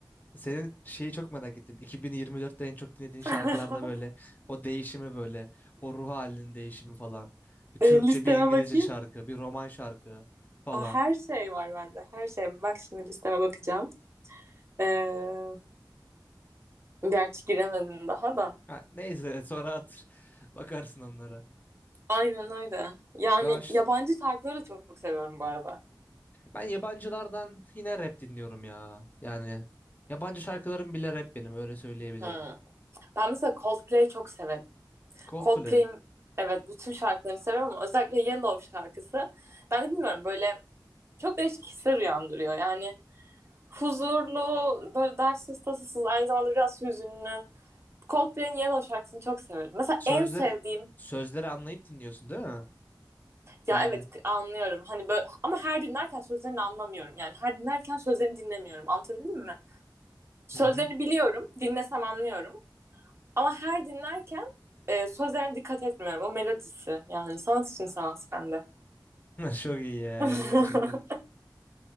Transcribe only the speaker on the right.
<laughs>
Ee, listeme
bakayım.
Aa, her şey var bende. Her şey. Bak şimdi listeme bakacağım. Ee, gerçi giremedim daha da.
Aynen öyle. Yani
yabancı şarkıları da çok seviyorum bu arada.
Hmm. Ben mesela Coldplay'i çok severim.
Coldplay'in evet bütün şarkılarını seviyorum ama özellikle Yellow şarkısı. Ben de bilmiyorum böyle çok değişik hisler uyandırıyor. Yani huzurlu, böyle dertsiz tasasız, aynı zamanda biraz hüzünlü. Coldplay'in Yellow şarkısını çok severim. Mesela
en sevdiğim
ya
evet anlıyorum. Hani böyle ama her dinlerken sözlerini anlamıyorum. Yani her dinlerken sözlerini dinlemiyorum. Anlatabildim mi? Sözlerini
biliyorum, dinlesem anlıyorum. Ama her dinlerken e, sözlerine dikkat etmiyorum. O melodisi yani sanat için sanat bende.
<laughs>